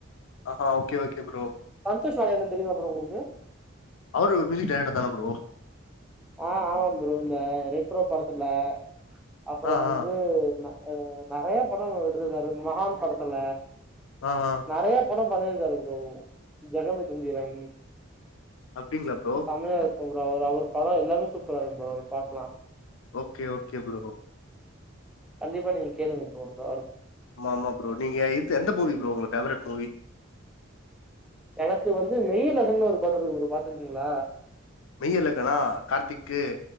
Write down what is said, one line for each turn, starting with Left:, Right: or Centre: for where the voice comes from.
Left: ஆஹா okay okay bro
Centre: Santhosh Narayanan தெரியுமா ப்ரோ உங்களுக்கு
Left: அவரு ஒரு மியூசிக் டேரெக்டர் தான ப்ரோ
Centre: ஆ ஆமா ப்ரோ இந்த ரெட்ரோ படத்துல அப்பறோ
Left: ஆ
Centre: வந்து
Left: ஆ
Centre: நெ நெறைய படோ எடுத்திருக்காரு மகான் படத்துல
Left: ஆ ஆ
Centre: நெறைய படோ பண்ணிருக்காரு ப்ரோ ஜெகமே தந்திரன்
Left: அப்டிங்களா ப்ரோ
Centre: செம்மையா இருக்கு ப்ரோ அவர் அவர் படோ எல்லாமே சூப்பரா இருக்கு ப்ரோ அவரு பாட்டுலா
Left: ஓகே ஓகே ப்ரோ
Centre: கண்டிப்பா நீங்க கேளுங்க ப்ரோ இந்த வாரோ
Left: ஆமா ஆமா ப்ரோ நீங்க இது எந்த மூவி ப்ரோ உங்க பேவரெட் மூவி
Centre: எனக்கு வந்து மெய்யழகன்னு ஒரு படோந்துரு பாத்துருக்கீங்களா
Left: மெய்யழகனா கார்த்திக்கு